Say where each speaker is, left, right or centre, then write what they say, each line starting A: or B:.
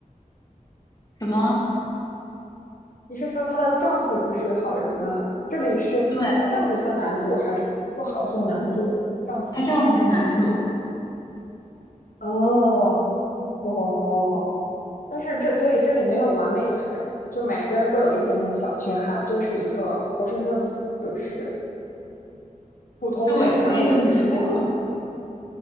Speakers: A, on the left; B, on the left.
A: 什么，
B: 你是说她的丈夫不是好人吗？这里是她丈夫算男主还是富豪算男主？
A: 对，
B: 丈夫。
A: 她丈夫是男主，
B: 哦，哦，但是这所以这里没有完美的人，就每个人都有一点点小缺憾，就是一个活生生的普，就是普通人，
A: 对，可以这么说，
B: 然后有着一些自己。